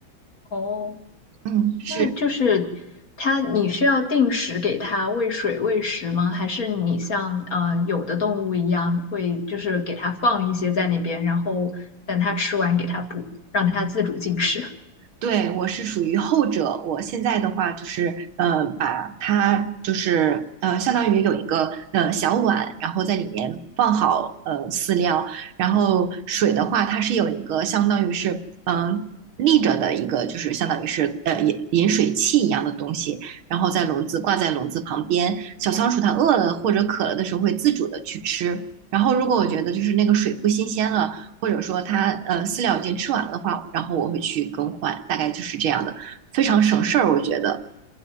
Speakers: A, on the left; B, on the right.
A: 哦。
B: 嗯，
A: 那就是它，
B: 是。
A: 你需要定时给它喂水喂食吗？还是你像呃有的动物一样，会就是给它放一些在那边，然后等它吃完给它补，让它自主进食？
B: 对，我是属于后者。我现在的话就是，呃，把它就是呃，相当于有一个呃小碗，然后在里面放好呃饲料，然后水的话，它是有一个相当于是嗯、呃立着的一个，就是相当于是呃饮饮水器一样的东西，然后在笼子挂在笼子旁边。小仓鼠它饿了或者渴了的时候会自主的去吃。然后如果我觉得就是那个水不新鲜了，或者说它呃饲料已经吃完了的话，然后我会去更换，大概就是这样的，非常省事儿，我觉得。